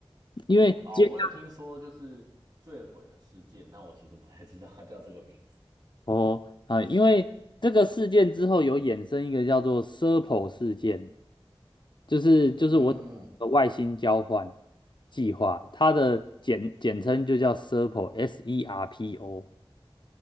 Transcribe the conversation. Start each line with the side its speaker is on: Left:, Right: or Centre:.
Left: 因为接下
Right: 哦，我有听说就是坠毁的事件，但我其实不太知道它叫这个名字。
Left: 哦啊、呃因为这个事件之后有衍生一个叫做 SERPO 事件，就是就是我讲的外星交换
Right: 嗯，
Left: 计划，它的简简称就叫 SERPO，S E R P O。